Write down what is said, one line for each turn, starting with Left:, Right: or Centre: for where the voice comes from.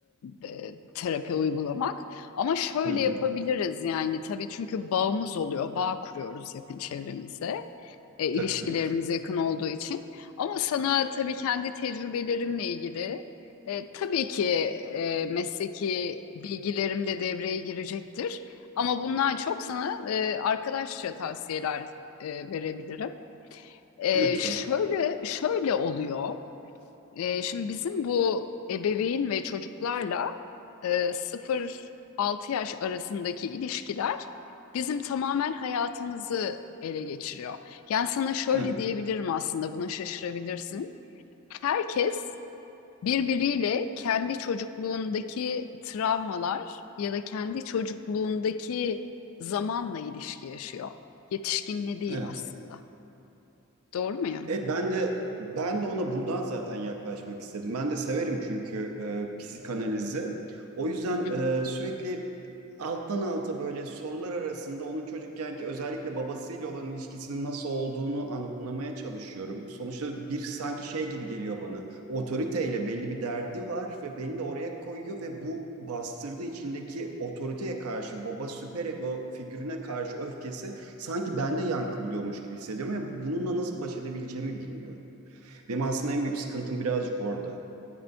Left: e, terapi uygulamak. Ama şöyle
Right: Hı hı.
Left: yapabiliriz yani tabii çünkü bağımız oluyor, bağ kuruyoruz yakın çevremize. e, ilişkilerimiz
Right: Tabii ki.
Left: yakın olduğu için. Ama sana tabii kendi tecrübelerimle ilgili e, tabii ki e, mesleki bilgilerim de devreye girecektir. Ama bundan çok sana e, arkadaşça tavsiyeler e, verebilirim. E,
Right: Lütfen.
Left: şöyle şöyle oluyor. E, şimdi bizim bu ebeveyn ve çocuklarla e, 0-6 yaş arasındaki ilişkiler bizim tamamen hayatımızı ele geçiriyor. Yani sana şöyle
Right: Evet.
Left: diyebilirim aslında buna şaşırabilirsin. Herkes birbiriyle kendi çocukluğundaki travmalar ya da kendi çocukluğundaki zamanla ilişki yaşıyor. Yetişkinle değil
Right: Evet.
Left: aslında. Doğru muyum?
Right: Evet ben de ben de ona buradan zaten yaklaşmak istedim. Ben de severim çünkü e, psikanalizi. O yüzden
Left: Hı hı.
Right: e, sürekli alttan alta böyle sorular arasında onun çocukkenki özellikle babasıyla olan ilişkisinin nasıl olduğunu anlamaya çalışıyorum. Sonuçta bir sanki şey gibi geliyor bana. Otoriteyle belli bir derdi var ve beni de oraya koyuyor ve bu bastırdığı içindeki otoriteye karşı baba süperego figürüne karşı öfkesi sanki bende yankı buluyormuş gibi hissediyorum ve bununla nasıl baş edebileceğimi bilmiyorum. Benim aslında en büyük sıkıntım birazcık orada.